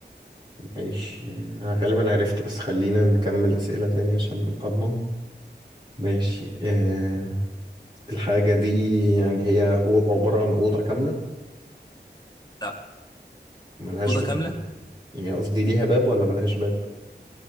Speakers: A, on the right; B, on the left.
A: ماشي أنا غالبا عرفت بس خلينا نكمل أسئلة تاني عشان أضمن ماشي آه، الحاجة دي يعني هي أو- عبارة عن أوضة كاملة
B: لا
A: ملهاش
B: أوضة
A: باب
B: كاملة
A: يعني قصدي ليها باب ولا ملهاش باب